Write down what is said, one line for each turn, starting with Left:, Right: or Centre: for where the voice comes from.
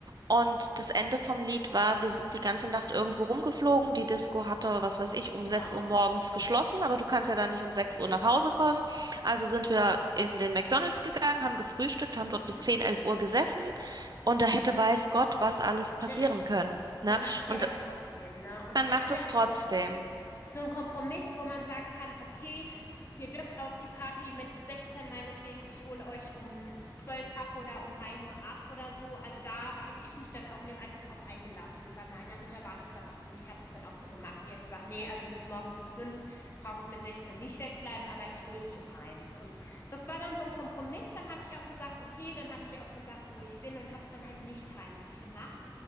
Right: Und das Ende vom Lied war, wir sind die ganze Nacht irgendwo rumgeflogen. Die Disco hatte, was weiß ich, um
Left: genau.
Right: 6 Uhr morgens geschlossen, aber du kannst ja dann nicht um 6 Uhr nach Hause kommen. Also sind wir in den McDonald's gegangen, haben gefrühstückt, haben dort
Left: Mhm,
Right: bis zehn 11 Uhr gesessen. Und da hätte weiß Gott, was alles
Left: natürlich.
Right: passieren können. Ne?
Left: man macht's
Right: Und
Left: ja dann trotzdem, ne? Und
Right: man macht
Left: deshalb
Right: es
Left: ist
Right: trotzdem.
Left: so ein, so ein Kompromiss, wo man sagen kann, okay, ihr dürft auf die Party mit 16 meinetwegen, ich hole euch um 12 ab oder um ein Uhr ab oder so. Also da hätte ich mich dann auch in dem Alter drauf eingelassen. Bei meiner Mutter war das dann auch so, die hat es dann auch so gemacht. Die hat gesagt, nee, also bis morgens um 5 brauchst du mit 16 nicht wegbleiben, aber ich hole dich um eins. Und das war dann so ein Kompromiss. Dann habe ich auch gesagt, okay, dann habe ich ihr auch gesagt, wo ich bin und habe es dann halt nicht heimlich gemacht.